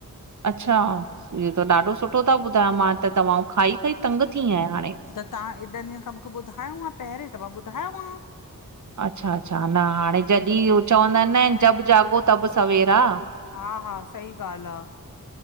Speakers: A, on the right; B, on the left.
A: अच्छा इहो त ॾाढो सुठो ता ॿुधाय मां त दवाऊं खाई-खाई तंग थी आहियां हाणे।
B: तहां एॾनि ॾींहंनि खां मुखे ॿुधायो आ पहिरे त मां ॿुधायो आव।
A: अच्छा-अच्छा न हाणे, जॾहिं उ चवंदा आहिन न जब जाॻो तबि सवेरा
B: हा-हा, सही ॻाल्हि आ।